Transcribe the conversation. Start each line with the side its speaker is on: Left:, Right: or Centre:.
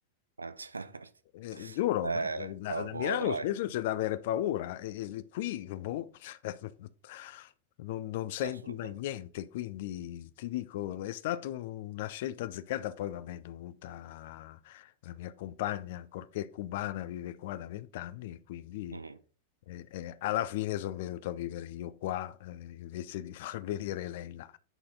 Right: ma certo.
Left: Eh, giuro,
Right: Eh,
Left: eh, da,
Right: vabbè,
Left: da Milano
Right: dai,
Left: spesso c'è da avere paura, e, e qui boh, <laughs> non, non senti
Right: assolutamente.
Left: mai niente, quindi ti dico, è stata un- una scelta azzeccata, poi vabbè, dovuta alla mia compagna, ancorché cubana, vive qua da vent'anni e quindi
Right: Mhm,
Left: eh, eh, alla fine sono venuto a vivere io qua, eh, invece di <laughs> far venire lei là,